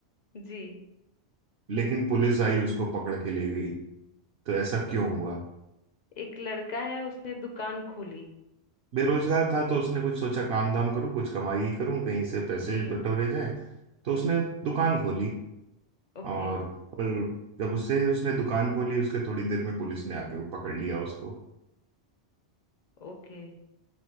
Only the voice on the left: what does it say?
जी
एक लड़का है उसने दुकान खोली
जी
ओके
ओके